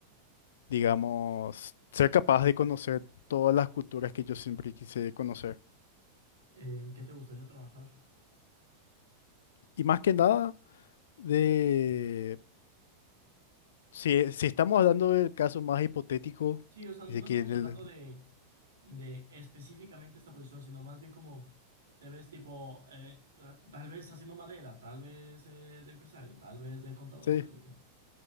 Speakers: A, on the left (about 60°); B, on the right (about 65°).
A: digamos, ser capaz de conocer todas las culturas que yo siempre quise conocer.
B: ¿En qué te gustaría trabajar?
A: Y más que nada, de si, si estamos hablando del caso más hipotético,
B: Sí, o sea, no
A: de
B: estamos
A: que del-
B: hablando de, de específicamente esta posición, sino más bien como te ves tipo, eh, ta- tal vez haciendo madera, tal vez eh, de empresario, tal vez de contador,
A: sí.
B: ¿sabes de qué?